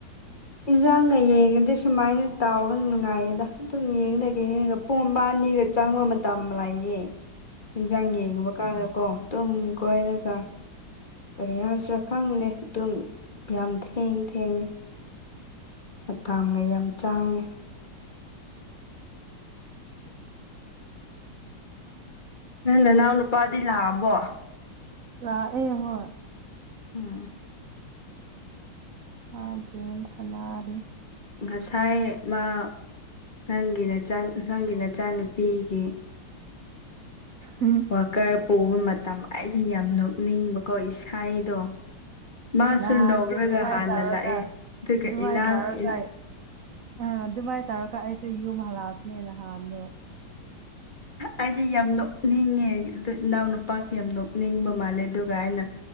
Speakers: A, on the left; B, on the right.
A: ꯌꯦꯟꯁꯥꯡꯒ ꯌꯦꯡꯉꯗꯤ ꯁꯨꯃꯥꯏꯅ ꯇꯥꯎꯕ ꯅꯨꯡꯉꯥꯏꯌꯦꯗ ꯑꯗꯨꯝ ꯌꯦꯡ ꯂꯩ ꯌꯦꯑꯒ ꯄꯨꯡ ꯑꯃ ꯑꯅꯤꯒ ꯆꯥꯡꯕ ꯃꯇꯝ ꯑꯃ ꯂꯥꯛꯌꯦ ꯌꯦꯟꯖꯥꯡ ꯌꯦꯡꯕ ꯀꯥꯟꯗꯀꯣ ꯇꯨꯝ ꯀꯣꯏꯔꯒ ꯀꯔꯤ ꯍꯥꯏꯁꯤꯔꯥ ꯈꯪꯗꯦ ꯑꯗꯨꯝ ꯌꯥꯝ ꯊꯦꯡ ꯊꯦꯡꯉꯦ ꯃꯇꯥꯝꯒ ꯌꯥꯝ ꯆꯥꯡꯉꯦ ꯅꯪ ꯅꯅꯥꯎ ꯅꯨꯄꯥꯗꯤ ꯂꯥꯛꯑꯕꯣ
B: ꯂꯥꯛ ꯑꯦ ꯍꯣꯏ
A: ꯑ
B: ꯃꯥ ꯒꯦꯝ ꯁꯥꯟꯅꯔꯤ
A: ꯉꯁꯥꯏ ꯃꯥ ꯅꯪꯒꯤ ꯅꯆꯥ ꯅꯪꯒꯤ ꯅꯆꯥꯅꯨꯄꯤꯒꯤ
B: <inaudible>
A: ꯋꯥꯛꯀꯔ ꯄꯨꯕ ꯃꯇꯝ ꯑꯩꯗꯤ ꯌꯥꯝ ꯅꯣꯛꯅꯤꯡꯕꯀꯣ ꯏꯁꯥꯏꯗꯣ ꯃꯥꯁꯨ
B: ꯅꯍꯥꯟꯁꯨ
A: ꯅꯣꯛꯔꯒ
B: ꯑꯗꯨꯃꯥꯏ
A: ꯍꯥꯟꯅ
B: ꯇꯧꯔꯒ
A: ꯂꯥꯛꯑꯦ ꯑꯗꯨꯒ
B: ꯑꯗꯨꯃꯥꯏ
A: ꯏꯅꯥꯎ
B: ꯇꯧꯔꯒ
A: ꯏ
B: ꯑ ꯑꯗꯨꯃꯥꯏꯅ ꯇꯧꯔꯒ ꯑꯩꯁꯨ ꯌꯨꯝ ꯍꯜꯂꯛꯄꯅꯦ ꯅꯍꯥꯟꯗꯣ
A: ꯑꯩꯗꯤ ꯌꯥꯝ ꯅꯣꯛꯅꯤꯡꯉꯦ ꯑꯗꯨ ꯏꯅꯥꯎꯅꯨ ꯄꯥꯁꯦ ꯌꯥꯝ ꯅꯣꯛꯅꯤꯡꯕ ꯃꯥꯜꯂꯦ ꯑꯗꯨꯒ ꯑꯩꯅ